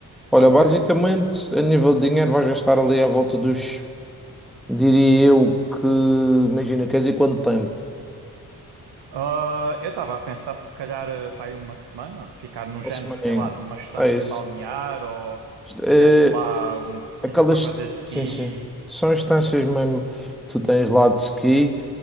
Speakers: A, in the centre; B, on the right.
A: Olha,
B: Ok.
A: basicamente, a nível de dinheiro, vais gastar ali à volta dos, diria eu, que, imagina, queres ir quanto tempo?
B: Ah, eu estava a pensar se calhar eh, para aí uma semana, ficar no
A: Uma
B: género,
A: semaninha.
B: sei lá, de uma estância
A: É isso.
B: balnear ou
A: Isto
B: se tivesse
A: É,
B: lá um sítio
A: aquelas,
B: para fazer ski.
A: sim, sim, são instâncias mesmo que tu tens lá de ski,